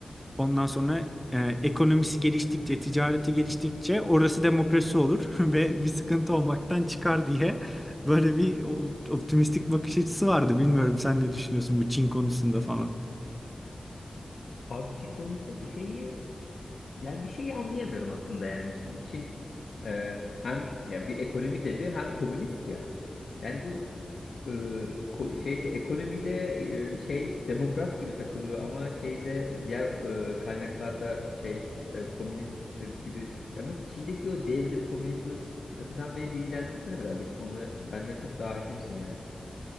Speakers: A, in the centre; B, on the left.
A: Ondan sonra e, ekonomisi geliştikçe, ticareti geliştikçe orası demokrasi olur <laughs> ve bir sıkıntı olmaktan çıkar diye böyle bir o- optimistik bakış açısı vardı. Bilmiyorum sen ne düşünüyorsun bu Çin konusunda falan.
B: Abi Çin konusu bir şeyi yani bir şeyi anlayamıyorum aslında yani. Şimdi Çin e, hem ya bir ekonomi devi hem komünist ya. Yani bu e, ko- şeyde ekonomide e, şey demokrat gibi takılıyor ama şeyde diğer e, kaynaklarda şey e, komünist e, gibi. Ya mesela Çin'deki o devrim komünizmi mesela sen beni bilgilendirsene birazcık bu konuya benden çok daha hakimsin yani.